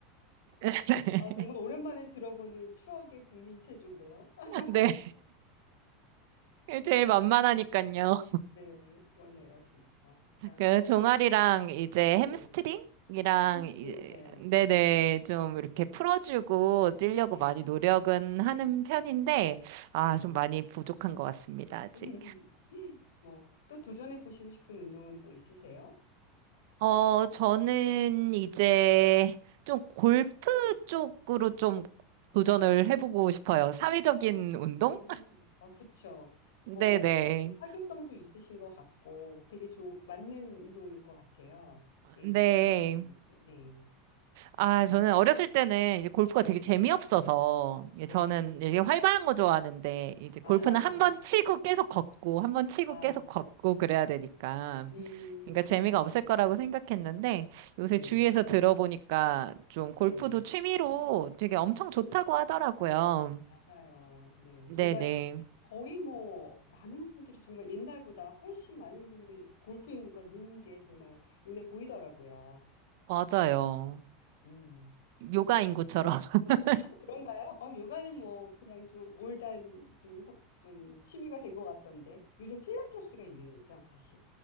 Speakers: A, on the right; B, on the left.
A: <laughs>
B: 아, 정말 오랜만에 들어보는 추억의 국민 체조인데요. <laughs>
A: 네, 제일 만만하니까요.
B: 네, 그러네요, 진짜. 아,
A: 그 종아리랑 이제 햄스트링이랑
B: 네. 햄스트링,
A: 이-
B: 예,
A: 네네 좀 이렇게
B: 네,
A: 풀어주고 뛰려고
B: 네,
A: 많이 노력은 하는 편인데 아
B: 네.
A: 좀 많이 부족한 것 같습니다 아직.
B: <laughs> 뭐, 또 도전해 보시고 싶은 운동은 또 있으세요?
A: 어 저는 이제 좀 골프 쪽으로 좀 도전을 해보고
B: 아,
A: 싶어요. 사회적인
B: 아,
A: 운동?
B: 음, 아, 그쵸.
A: 네네.
B: 뭐, 뭐 사교성도 있으신 것 같고 되게 좋 맞는 운동일 것 같아요. 네,
A: 네.
B: 네,
A: 아, 저는 어렸을 때는 이제 골프가 되게
B: 네,
A: 재미없어서, 예, 저는
B: 네.
A: 이렇게 활발한 거 좋아하는데, 이제 골프는
B: <laughs> 아,
A: 한 번 치고 계속 걷고, 한 번 치고
B: 아,
A: 계속 걷고 그래야 되니까,
B: 음,
A: 그러니까 재미가 없을 거라고 생각했는데, 요새
B: 네,
A: 주위에서 들어보니까 좀 골프도
B: 네.
A: 취미로 되게 엄청 좋다고
B: 음,
A: 하더라고요.
B: 맞아요. 네,
A: 네네.
B: 정말 거의 뭐 많은 분들이 정말 옛날보다 훨씬 많은 분들이 골프 인구가 는 게 정말 눈에 보이더라고요.
A: 맞아요.
B: 음.
A: 요가 인구처럼. <laughs>
B: 그런가요? 어, 요가는 뭐 그냥 좀 올드한 좀, 호- 좀 취미가 된 것 같던데 요즘 필라테스가 유행이죠 사실